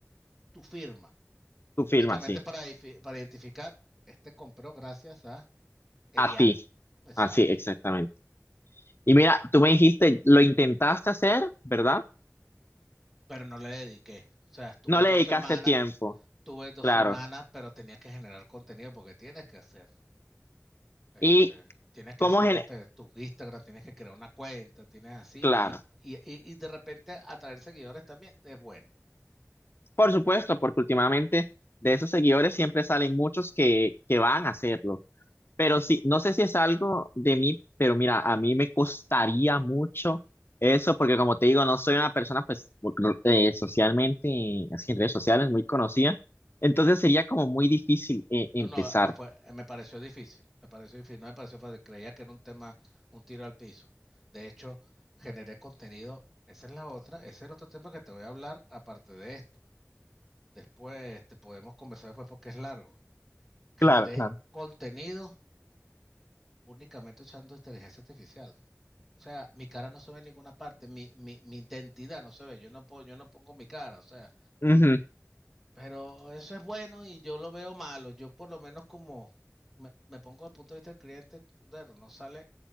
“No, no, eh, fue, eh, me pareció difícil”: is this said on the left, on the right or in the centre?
Centre